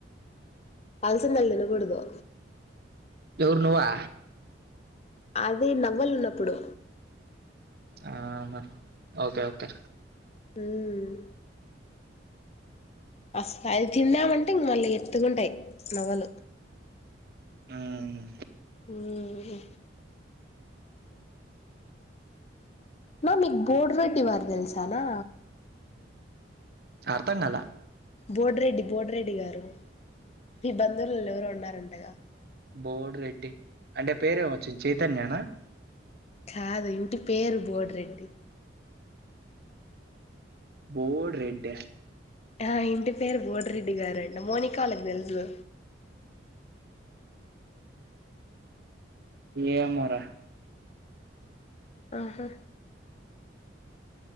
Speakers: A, on the left; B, on the right.
A: అలసిందలు తినగుడదు
B: ఎవరు నువ్వా
A: అదే నవ్వలున్నప్పుడు
B: ఆహా ఓకే ఓకే
A: హుమ్ అసలు అది తిన్నామంటే ఇంగ మళ్ళీ ఎత్తుకుంటాయ్ నవ్వలు
B: హుమ్
A: హుమ్ హు మామ్ మీక్ బోడ్ రెడ్టి వారు తెలుసానా
B: అర్థం కాల
A: బోటిరెడ్డి బోటిరెడ్డి గారు మీ బంధువులలో ఎవరు ఉన్నారంటగా
B: బోడ్ రెడ్డి అంటే పేరేమ్ వోచ్చింది చైతన్యానా
A: కాదు ఇంటి పేరు బోడిరెడ్డి
B: బోడ్ రెడ్డ
A: ఆ ఇంటి పేరు బోడిరెడ్డి గారంట మౌనికా వాళ్ళకి తెలుసు
B: ఏమోరా
A: ఆహా